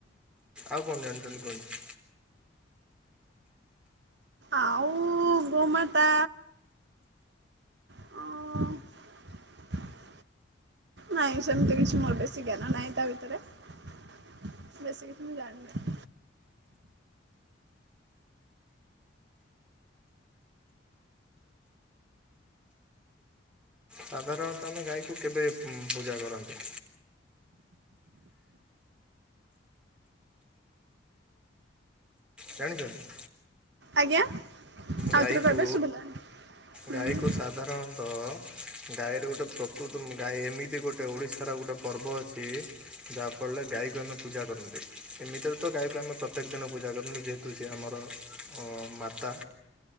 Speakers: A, in the centre; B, on the right.
A: ଆଉ କଣ ଜାଣିଛନ୍ତି କୁହନ୍ତୁ।
B: ଆଉ ଗୋମାତା ଓ। ନାଇଁ ସେମିତି କିଛି ମୋର ବେଶୀ ଜ୍ଞାନ ନାହିଁ ତା ଭିତରେ। ବେଶୀ କିଛି ମୁଁ ଜାଣିନି।
A: ସାଧାରଣତଃ ଆମେ ଗାଈ କି କେବେ ପୂଜା କରନ୍ତି? ଜାଣିଛନ୍ତି।
B: ଆଜ୍ଞା ଆଉଥରେ
A: ଗାଈକୁ
B: କହିବେ ଶୁଭିଲାନି।
A: ଗାଈକୁ ସାଧାରଣତଃ ଗାଈର ଗୋଟେ ପ୍ରକୃତ ଗାଈ ଏମିତି ଗୋଟେ ଓଡ଼ିଶା ତାର ଗୋଟେ ପର୍ବ ଅଛି ଯାହାଫଳରେ ଗାଈ କି ଆମେ ପୂଜା କରନ୍ତି। ଏମିତିରେ ତ ଗାଈକୁ ଆମେ ପ୍ରତ୍ୟେକ ଦିନ ପୂଜା କରନ୍ତି ଯେହେତୁ ସିଏ ଆମର ମାତା।